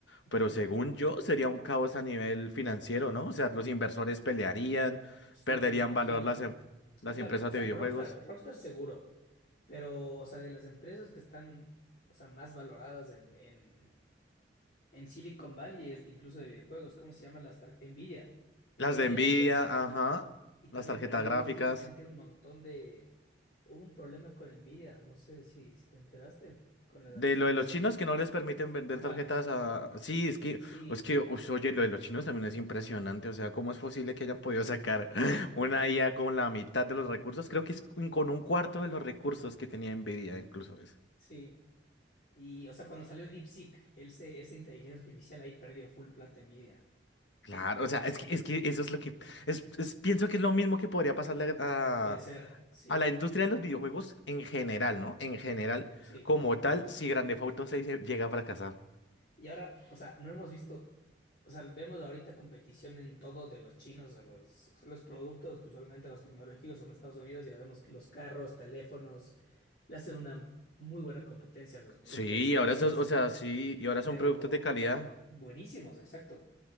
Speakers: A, on the left; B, on the left.
A: Ujú.
B: pero según yo sería un caos a nivel financiero, ¿no? O sea, los inversores pelearían,
A: Sí,
B: perderían
A: pues me imagino.
B: valor las, em- las
A: Ah, claro,
B: empresas
A: o sea,
B: de videojuegos,
A: Rockstar, Rockstar seguro, pero, o sea, de las empresas que están, o sea, más valoradas en, en, en Silicon Valley, es de- incluso de videojuegos, ¿cómo se llama? Las tar- Nvidia. Nvidia
B: las de Nvidia,
A: es de la...
B: ajá,
A: Y también
B: las tarjetas
A: perdió
B: gráficas.
A: últimamente un montón de... Hubo un problema con Nvidia, no sé si, si te enteraste, con las acciones.
B: De lo de los chinos que no les permiten vender
A: Ajá,
B: tarjetas a... Sí, es que,
A: sí,
B: es que, ush, oye, lo de los chinos también es impresionante. O sea, ¿cómo es posible que hayan podido sacar <laughs> una IA con la mitad de los recursos? Creo que es un- con un cuarto de los recursos que tenía Nvidia, incluso eso
A: sí. Y, o sea, cuando salió DeepSeek, ese se- esa inteligencia artificial ahí perdió full plata envidia
B: Claro, o sea, es que, es que eso es lo que... Es, es- pienso que es lo mismo que podría pasarle a,
A: Puede ser, sí,
B: a la industria de los videojuegos en general, ¿no? En general,
A: sí.
B: como tal, si Grand Theft Auto seis se llega a fracasar.
A: Y ahora, o sea, no hemos visto, o sea, vemos ahorita competición en todo de los chinos, de los, o sea, los productos que usualmente los tecnológicos son de Estados Unidos, ya vemos que los carros, teléfonos, le hacen una muy buena competencia a los productos
B: Sí,
A: estadounidenses,
B: y ahora eso, o sea,
A: ¿no?
B: sí, y ahora
A: Pero
B: son productos de calidad.
A: buenísimos, exacto.